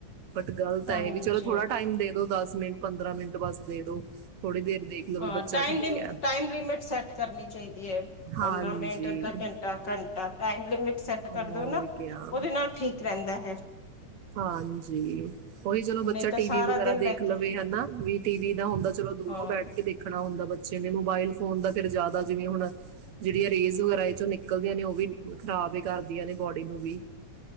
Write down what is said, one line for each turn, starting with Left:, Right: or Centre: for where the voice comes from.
Right: ਬਟ ਗਲਤ
Left: ਹਾਂਜੀ
Right: ਹੈ ਇਹ ਵੀ, ਚਲੋ ਥੋੜਾ ਟਾਈਮ ਦੇ ਦੋ ਦਸ ਮਿੰਟ, ਪੰਦਰਾਂ ਮਿੰਟ, ਬਸ ਦੇ ਦੋ ਥੋੜੀ ਦੇਰ ਦੇਖ ਲਓ ਵੀ
Left: ਹਾਂ
Right: ਬੱਚਾ
Left: ਟਾਈਮ
Right: ਠੀਕ ਹੈ
Left: ਟਾਈਮ ਲਿਮਿਟ ਸੈਟ ਕਰਨੀ ਚਾਹੀਦੀ ਹੈ। ਪੰਦਰਾਂ
Right: ਹਾਂਜੀ
Left: ਮਿੰਟ, ਅੱਧਾ ਘੰਟਾ, ਘੰਟਾ ਟਾਈਮ ਲਿਮਿਟ ਸੈਟ
Right: ਹੋਰ
Left: ਕਰ ਦੋ ਨਾ
Right: ਕਿਆ
Left: ਉਹਦੇ ਨਾਲ ਠੀਕ ਰਹਿੰਦਾ ਏਹੇ
Right: ਹਾਂਜੀ। ਉਹੀ ਚਲੋ ਬੱਚਾ
Left: ਨਹੀਂ ਤਾਂ
Right: ਟੀ
Left: ਸਾਰਾ
Right: ਵੀ ਵਗੈਰਾ
Left: ਦਿਨ
Right: ਦੇਖ
Left: ਲੈ ਕੇ
Right: ਲਵੇ ਹਨਾ, ਵੀ ਟੀਵੀ ਦਾ ਹੁੰਦਾ ਚਲੋ ਦੂਰੋਂ
Left: ਹਾਂ
Right: ਬੈਠ ਕੇ ਦੇਖਣਾ ਹੁੰਦਾ ਬਚੇ ਨੇ ਮੋਬਾਇਲ ਫੋਨ ਦਾ ਫਿਰ ਜ਼ਿਆਦਾ ਜਿਵੇਂ ਹੁਣ ਜਿਹੜੀਆਂ ਰੇਂਜ਼ ਵਗੈਰਾ ਨਿਕਲਦੀਆਂ ਨੇ ਉਹ ਵੀ ਖ਼ਰਾਬ ਹੀ ਕਰਦੀਆਂ ਨੇ ਬੋਡੀ ਨੂੰ ਵੀ।